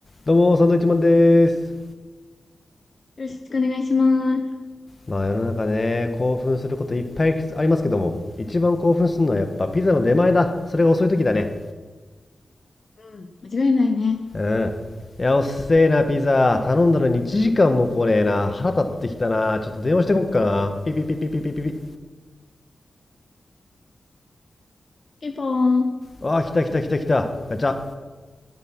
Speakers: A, on the left; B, on the left.
A: どうも、サンドイッチマンです。
B: よろしくお願いします。
A: まあ世の中ね、興奮することいっぱいありますけども、一番興奮するのはやっぱピザの出前だ。それが遅い時だね。
B: うん、間違いないね。
A: うん。いや、おっせえな、ピザ。頼んだのに1時間も来ねえな。腹立ってきたな。ちょっと電話してこっかな。ピピピピピピピピ。
B: ピンポーン。
A: ああ、来た来た来た来た。ガチャ。